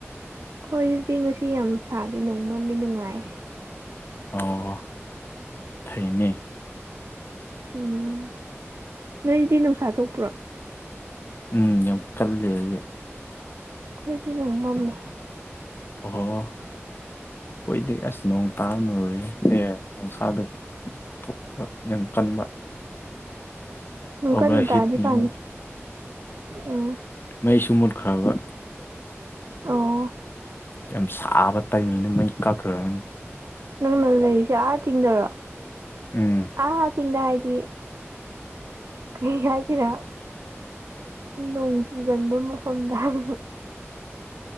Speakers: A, on the right; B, on the left.
A: ꯍꯣꯏ ꯗꯤ ꯆꯤꯡ ꯉꯁꯤ ꯌꯥꯝ ꯁꯥꯗꯦ ꯅꯣꯡꯃꯝꯗꯤ ꯅꯨꯡꯉꯥꯏ
B: ꯑꯣ ꯐꯩꯅꯦ
A: ꯎꯝ ꯅꯣꯏꯗꯤ ꯅꯨꯡꯁꯥ ꯊꯣꯛꯄ꯭ꯔꯣ
B: ꯎꯝ ꯌꯥꯝ ꯀꯜꯂꯦ ꯍꯧꯖꯤꯛ
A: ꯑꯩꯈꯣꯏꯗꯤ ꯅꯣꯡ ꯃꯝꯃꯤ
B: ꯑꯣꯍꯣ ꯑꯡꯗꯤꯑꯁ ꯅꯣꯡ ꯇꯥꯔ ꯂ ꯑꯦ ꯅꯨꯡꯁꯥꯗꯨꯣ ꯊꯣꯛꯄ ꯌꯦꯝ ꯀꯟꯕ
A: ꯎꯝ
B: ꯑꯣꯚꯔ
A: ꯏꯀ ꯅꯨꯗꯗꯤ
B: ꯍꯤꯠꯅꯦꯕ
A: ꯐꯅꯤ ꯎꯝ
B: ꯃꯩꯁꯨ ꯃꯨꯠꯈ꯭ꯔꯕ
A: ꯑꯣ
B: ꯌꯥꯝ ꯁꯥꯕ ꯇꯥꯏꯃꯤꯡꯅ ꯃꯩ ꯀꯛꯈ꯭ꯔꯅꯤ
A: ꯅꯪꯅ ꯂꯩꯔꯤꯁꯦ ꯑꯥ ꯆꯤꯡꯗꯔꯣ
B: ꯎꯝ
A: ꯑꯥꯥ ꯆꯤꯡꯗ ꯍꯥꯏꯗꯤ ꯀꯩ ꯍꯥꯏꯁꯤꯔꯥ ꯅꯣꯡꯖꯨꯒꯟꯕ ꯃꯐꯝꯗ ꯑꯃ